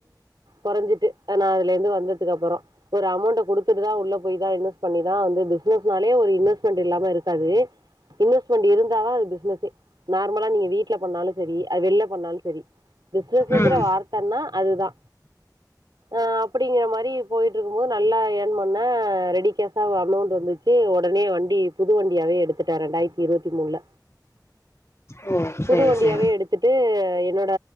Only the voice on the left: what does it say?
ம்
ஓ
சேரி சேரி